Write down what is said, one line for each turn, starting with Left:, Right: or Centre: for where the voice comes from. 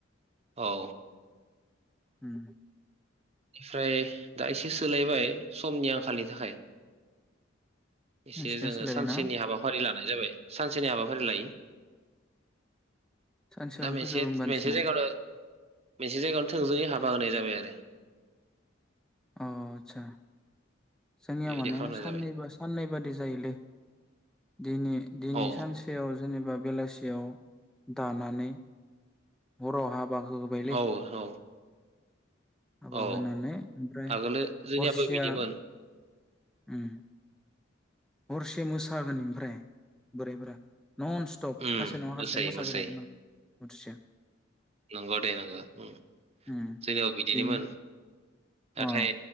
Right: औ।
Centre: होम।
Right: ओमफ्राय दा एसे सोलायबाय समनि आंखालनि थाखाय एसे
Centre: नोंसिना
Right: जोङो
Centre: सोलायबाय
Right: सानसेनि
Centre: न'
Right: हाबाफारि लानाय जाबाय सानसेनि हाबाफारि लायो।
Centre: सानसेयावनो
Right: दा मोनसे
Centre: फोजोबो होमबा नोंसिना
Right: मोनसे जायगायावनो मोनसे जायगायावनो थोंजोङै हाबा होनाय जाबाय आ रो।
Centre: अ आदसा। जोंनिया
Right: बेबायदि
Centre: माने
Right: खालामनाय
Centre: साननैबा
Right: जाबाय
Centre: साननै बादि जायोलै दिनि दिनै
Right: औ
Centre: सानसेयाव जेनेबा बेलासिआव दानानै हराव हाबा होबायलै
Right: औ औ।
Centre: हाबा
Right: औ
Centre: होनानै ओमफ्राय
Right: आगोलो जोंनियाबो
Centre: हरसेया
Right: बिदिमोन
Centre: ओम हरसे मोसागोन ओमफ्राय बुरै फोरा। न'न स्टप
Right: उम
Centre: खासे नङा
Right: मोसायै
Centre: खासे मोसाबायथागोन
Right: मोसायै
Centre: आरो हरसिया
Right: नंगौ दे नंगौ उम
Centre: ओम
Right: जोंनियाव बिदिनोमोन
Centre: बेनो
Right: नाथाय
Centre: अ।